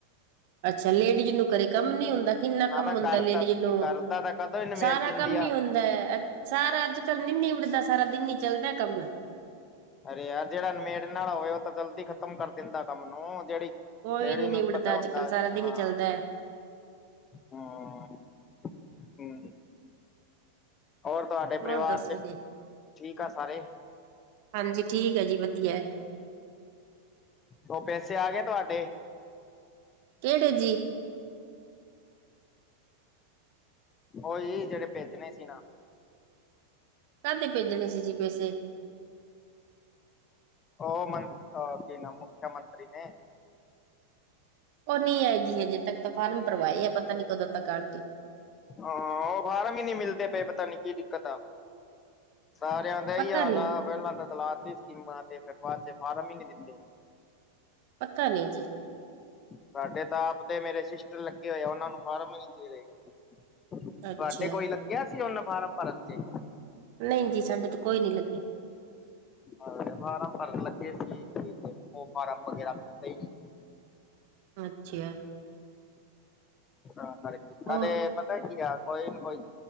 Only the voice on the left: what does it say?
ਨਾ
ਤਾਂ
ਕਰਦਾ
ਕਰਦਾ ਤਾਂ ਕਦੋਂ ਹੀ ਨਿਮੇੜ
ਦਿੰਦੀ
ਆ
ਅਰੇ ਯਾਰ ਜਿਹੜਾ ਨਮੇੜ ਨਾਲ ਹੋਵੇ ਉਹ ਤਾਂ ਜਲਦੀ ਖ਼ਤਮ ਕਰ ਦਿੰਦਾ ਕੰਮ ਨੂੰ ਜਿਹੜੀ,
ਲੇਡੀਜ
ਨੂੰ ਪਤਾ
ਹੁੰਦਾ
ਹਾਂ,
ਹਾਂ ਹਮ ਹੋਰ ਤੁਹਾਡੇ ਪਰਿਵਾਰ
ਚ
ਠੀਕ ਆ ਸਾਰੇ,
ਉਹ ਪੈਸੇ ਆ ਗਏ ਤੁਹਾਡੇ
ਉਓਹੀ ਜਿਹੜੇ ਭੇਜਣੇ ਸੀ ਨਾ,
ਉਹ ਮੰ ਮੁੱਖ ਮੰਤਰੀ ਨੇ,
ਹਾਂ ਉਹ ਬਾਹਾਰ ਵੀ ਨੀ ਮਿਲਦੇ ਪਏ ਪਤਾ ਨੀ ਕੀ ਦਿੱਕਤ ਆ ਸਾਰਿਆਂ,
ਹਾਲ
ਆ ਪਹਿਲਾਂ ਤਲਾਤੀ ਸਕੀਮਾਂ ਤੇ ਫ ਬਾਅਦ ਚ ਬਾਰਾਂ ਮਹੀਨੇ ਦਿੰਦੇ
ਸਾਡੇ ਤਾਂ ਆਪਦੇ ਮੇਰੇ ਸਿਸਟਰ ਲੱਗੇ ਹੋਏ ਆ ਉਹਨਾਂ ਨੂੰ ਫਾਰਮ ਨ ਦੇ ਰਹੇ ਤੁਹਾਡੇ
ਕੋਈ ਲੱਗਿਆ ਸੀ ਉਹਨ ਫਾਰਮ ਭਰਨ ਚ
ਹਾਂ ਫਾਰਮ ਭਰਨ ਲੱਗੇ ਸੀ ਤੇ ਉਹ ਫਾਰਮ ਵਗੈਰਾ ਮਿਲਦੇ ਹੀ ਨ
ਹਾਂ ਕਰ ਕਾਲਦੇ
ਪਤਾ ਕੀ ਆ ਕੋਈ ਨਾ ਕੋਈ